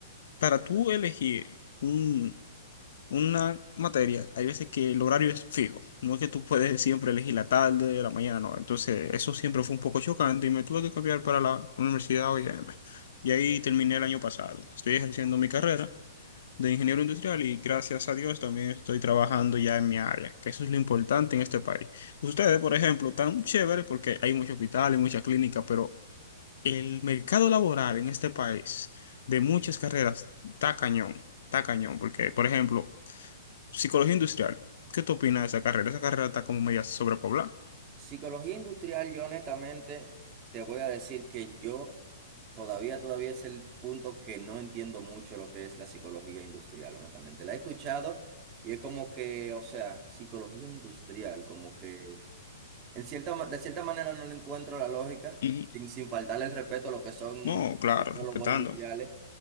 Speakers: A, on the left; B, on the right.
A: para tú elegir un una materia, hay veces que el horario es fijo, no es que tú puedes siempre elegir la tarde, la mañana, no. Entonces, eso siempre fue un poco chocante y me tuve que cambiar para la Universidad OIM. Y ahí terminé el año pasado. Estoy ejerciendo mi carrera de ingeniero industrial y gracias a Dios también estoy trabajando ya en mi área, que eso es lo importante en este país. Ustedes, por ejemplo, tan chévere porque hay muchos hospitales, muchas clínicas, pero el mercado laboral en este país de muchas carreras está cañón, está cañón, porque, por ejemplo, psicología industrial. ¿Qué tú opinas de esa carrera? Esa carrera está como media sobrepoblada.
B: Psicología industrial, yo honestamente te voy a decir que yo todavía, todavía es el punto que no entiendo mucho lo que es la psicología industrial, honestamente. La he escuchado y es como que, o sea, psicología industrial, como que en cierta, ma- de cierta manera no le encuentro la lógica,
A: Y
B: sin, sin faltarle el respeto a lo que son
A: No, claro,
B: psicólogos
A: respetando.
B: industriales.